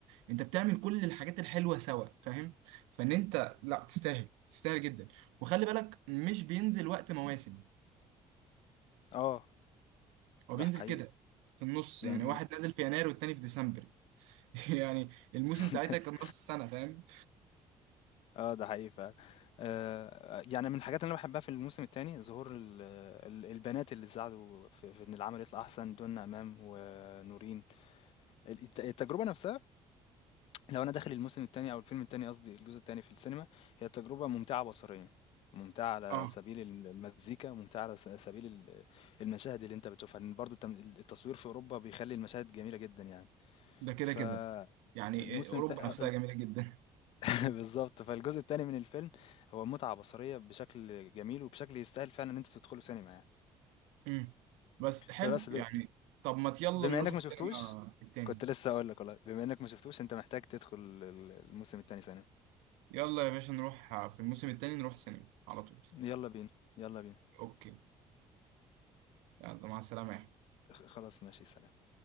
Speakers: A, on the right; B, on the left.
A: انت بتعمل كل الحاجات الحلوه سوا فاهم فان انت لا تستاهل تستاهل جدا وخلي بالك مش بينزل وقت مواسم
B: اه
A: هو
B: ده
A: بينزل
B: حقيقي
A: كده في النص
B: م-
A: يعني
B: م.
A: واحد نازل في يناير والتاني في ديسمبر <laughs> يعني الموسم
B: <laughs>
A: ساعتها كان نص السنه فاهم
B: اه ده حقيقي فعلا آه يعني من الحاجات اللي انا بحبها في الموسم الثاني ظهور ال- ال- البنات اللي ساعدوا في, في ان العمل يطلع احسن دون امام ونورين الت- التجربه نفسها لو انا داخل الموسم التاني او الفيلم التاني قصدي الجزء التاني في السينما هي تجربة ممتعة بصريا ممتعة على
A: اه
B: سبيل الم- المزيكا ممتعة على س- سبيل ال- المشاهد اللي انت بتشوفها لان برضو التم- التصوير في اوروبا بيخلي المشاهد جميلة جدا يعني
A: ده كده
B: فالموسم
A: كده يعني اوروبا
B: التا...
A: نفسها جميله جدا
B: <laughs>
A: <laughs>
B: بالظبط فالجزء التاني من الفيلم هو متعة بصرية بشكل جميل وبشكل يستاهل فعلا ان انت تدخله سينما يعني
A: امم بس حلو
B: فبس ب...
A: يعني طب ما يلا
B: بما
A: نروح
B: انك
A: السينما
B: ما شفتوش
A: التاني
B: كنت لسه اقول لك والله بما انك ما شفتوش انت محتاج تدخل ال- الموسم التاني سينما
A: يلا يا باشا نروح في الموسم التاني نروح السينما على طول
B: يلا بينا يلا بينا
A: اوكي يلا مع السلامه يا
B: خ خلاص ماشي سلام.